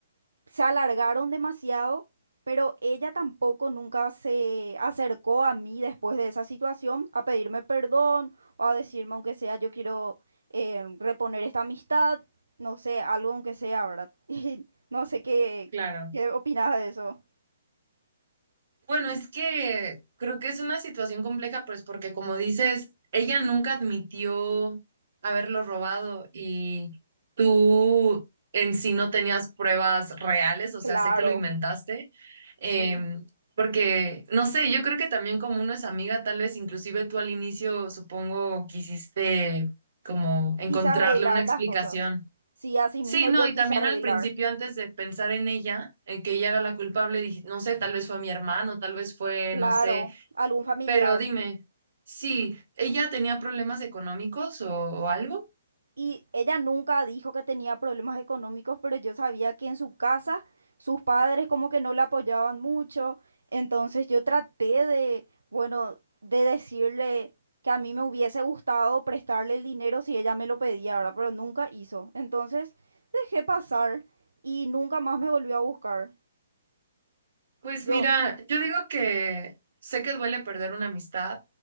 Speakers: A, on the right (about 75°); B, on the right (about 55°).
A: se alargaron demasiado, pero ella tampoco nunca se acercó a mí después de esa situación a pedirme perdón o a decirme, aunque sea, yo quiero eh, reponer esta amistad, no sé, algo aunque sea, ¿verdad? <laughs> Y no sé qué,
B: Claro.
A: qué opinas de eso.
B: Bueno, es que creo que es una situación compleja, pues porque como dices, ella nunca admitió haberlo robado y tú en sí no tenías pruebas reales, o
A: Claro,
B: sea, sé que lo inventaste, em,
A: sí.
B: porque, no sé, yo creo que también como uno es amiga, tal vez inclusive tú al inicio, supongo, quisiste como encontrarle
A: Quise arreglar
B: una explicación.
A: las cosas. Sí, así
B: Sí,
A: mismo yo
B: no, y
A: quise
B: también
A: arreglar.
B: al principio, antes de pensar en ella, en que ella era la culpable, dije, no sé, tal vez fue mi hermano, tal vez fue,
A: Claro,
B: no sé,
A: algún familiar.
B: pero dime, sí, ¿ella tenía problemas económicos o, o algo?
A: Y ella nunca dijo que tenía problemas económicos, pero yo sabía que en su casa sus padres como que no la apoyaban mucho. Entonces yo traté de, bueno, de decirle que a mí me hubiese gustado prestarle el dinero si ella me lo pedía, ¿verdad? Pero nunca hizo. Entonces dejé pasar y nunca más me volvió a buscar.
B: Pues
A: Yo
B: mira, yo digo que sé que duele perder una amistad,